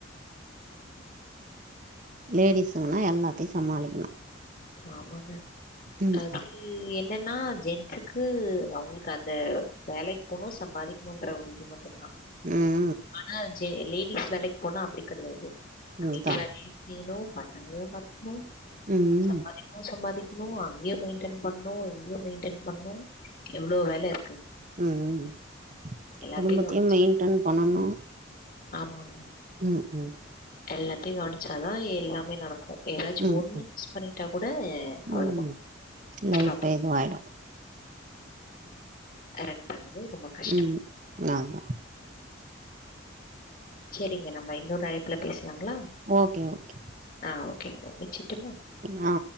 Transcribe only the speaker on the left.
ஆமாங்க
அது து என்னன்னா ஜென்சுக்கு அவுங்களுக்கு அந்த வேலைக்கு போணு சம்பாதிக்கணும்ன்ற ஒரு இது மட் டுதா
ஆனா ஜெ லேடிஸ் வேலைக்கு போனா அப்டி கெடயாது வீட்டு
வேலயு செய்ணு பசங்களையு பாத்துக்குணு
சம்பாதிக்கவு சம்பாதிக்கணு அங்கயு மெயின்டென் பண்ணு இங்கயு மெயின் டென் பண்ணு எவ்ளோ வேல இருக்கு
எல்லாத்தையு
கவனிச்சா
ஆமாங்க
எல்லாத்தயு கவனிச்சாதா எல்லாமே நடக்கு ஏதாச்சு
ஒண்ணு மிஸ் பண்ணிட்டா கூட
அவ்ளதா
பிளாப்பர்
அ ரன் பண்றதே ரொம்ப கஷ்டோ
சேரிங்க நம்ப இன்னொரு அழைப்புல பேசலாங்களா
ஆ ஓகேங்கா வச்சுட்டுமா